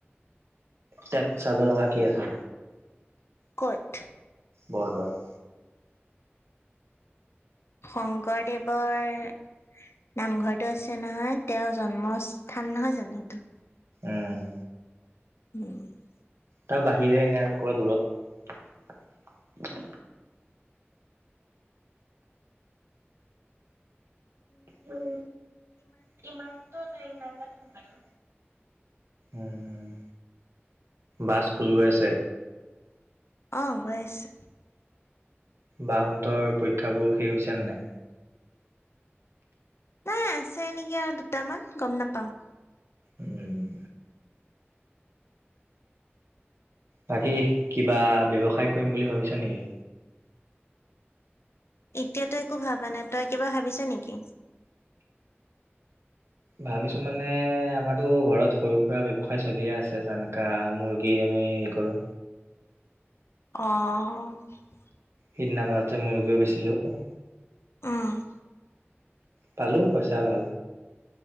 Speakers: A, on the right (about 80°); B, on the left (about 75°).
A: তাত চাব লগা কি আছে?
B: ক'ত?
A: বৰদোৱাত?
B: শংকৰদেৱৰ নামঘৰটো আছে নহয়, তেওঁৰ জন্মস্থান নহয় জানো সেইটো!
A: উম!
B: <unintelligible>
A: তাৰ বাহিৰে এনে আৰু ক'ৰবাত দূৰত? উম কিমান <unintelligible> নাজানো বাৰু। উম! বা স্কুল গৈ আছে?
B: অঁ, গৈ আছে।
A: বা হঁতৰ পৰীক্ষাবোৰ শেষ হৈছে নে নাই?
B: নাই আছে নেকি আৰু দুটামান গম নাপাওঁ।
A: উম! বাকী কিবা ব্যৱসায় কৰিম বুলি ভাবিছা নেকি?
B: এতিয়াতো একো ভাবা নাই। তই কিবা ভাবিছ নেকি?
A: ভাবিছো মানে আমাৰতো ঘৰত সৰু সুৰা ব্যৱসায় চলিয়ে আছে যেনেকা মুৰ্গী আমি <unintelligible> কৰো
B: অঁ!
A: সেইদিনা মাজতে মুৰ্গীও বেছিলোঁ।
B: উম!
A: পালোঁ পইচা ভাল।